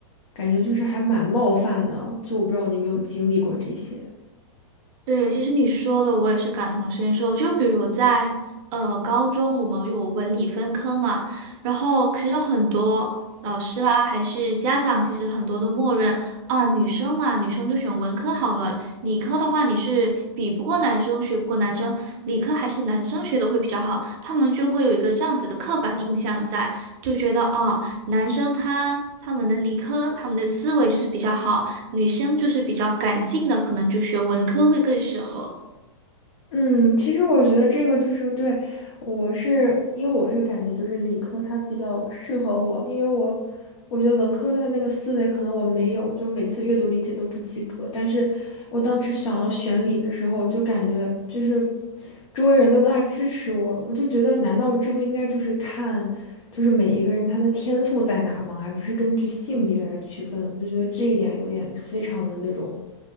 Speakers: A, on the left; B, on the right.
A: 感觉就是还蛮冒犯的，就我不知道你有没有经历过这些。
B: 对，其实你说的我也是感同身受。就比如在呃高中，我们有文理分科嘛，然后其实很多老师啊，还是家长，其实很多都默认啊，女生嘛，女生就选文科好了，理科的话你是比不过男生，学不过男生，理科还是男生学的会比较好，他们就会有一个这样子的刻板印象在，就觉得啊，男生他他们的理科，他们的思维就是比较好。女生就是比较感性的，可能就学文科会更适合。
A: 嗯，其实我觉得这个就是对，我是因为我是感觉就是理科它比较适合我，因为我我觉得文科它那个思维可能我没有，就每次阅读理解都不及格。但是我当时想要选理的时候，就感觉就是周围人都不大支持我，我就觉得难道这不应该就是看就是每一个人他的天赋在哪吗？而不是根据性别来区分？我就觉得这一点有点非常的那种